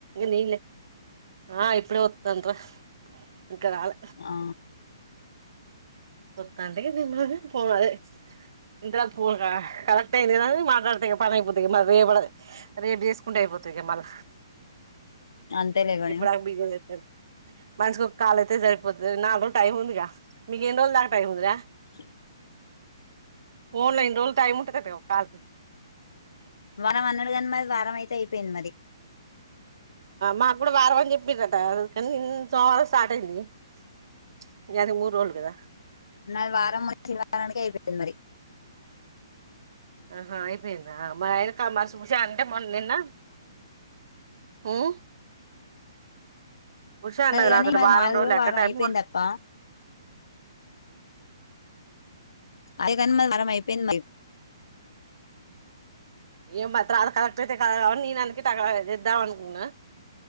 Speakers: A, on the right (about 65°); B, on the left (about 70°).
A: నీ ఆ ఇప్పుడ తుంత్ర అక్కనాళ
B: ఆ
A: ఒక్క అండి పోవాలే ఇంతకు కురా కరెక్ట్ అయింది కదా మాట్లాడతే పని అయిపోతుంది రేపడ రేపు చేసుకుంటే అయిపోతంది మళ్ల
B: అంతేలేగాని
A: ఇప్పుడు ఆకు బిజా అయిపోయింది మనసుకి ఒక కాాలయితే సరిపోతుది నాలుగు టైమ్ ఉందిగా మీ ఎన్ని రోజులకు టైం ఉందిరా
B: చె
A: ఫోన్ల ఎన్ని రోజులు టైముంటదట కాల్ కి
B: మనం అన్నడుగాని మరి వారం అయితే అయిపోయింది మరి
A: మాకు కూడా వారం వారం చెప్పిందట కానీ సోమవారం స్టార్ట్ అయిందిది మూడు రోజులు కదా
B: నాది వారం వచ్చింది వారానికి అయిపోయింది మరి
A: ఆం ఆహా అయిపోయింది ఆ మా ఎనకా మర్సి శుభసేన అంటే మొన్న నిన్న ఉం ఉష అన్నది
B: కాని
A: నాతోటి
B: మరి
A: వారం
B: మాది
A: రోజులు
B: కూడా
A: లక్క
B: వారం
A: టైమ్
B: అయిపోయింది
A: ఉ
B: అక్క ఐదుఅన్నది కానీ మాది వారం అయిపోయింది
A: ఏం మాత్రం అది కరెక్ట్ అయితే కదు నేను అందుకె టక్క చేద్దాం అనుకున్నా